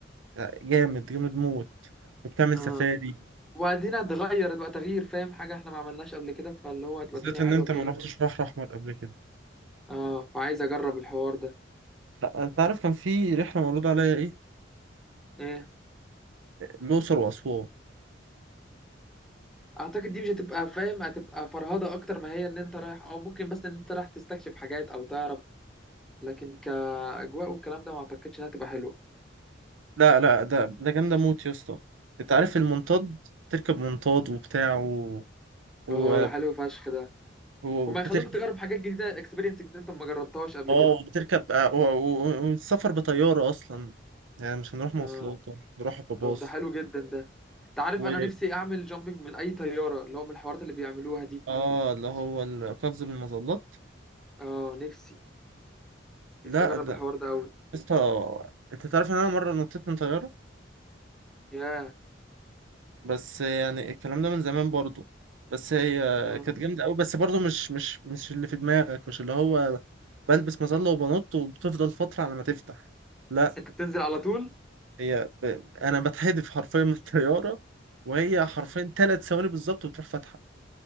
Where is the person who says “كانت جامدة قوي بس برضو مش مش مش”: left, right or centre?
Right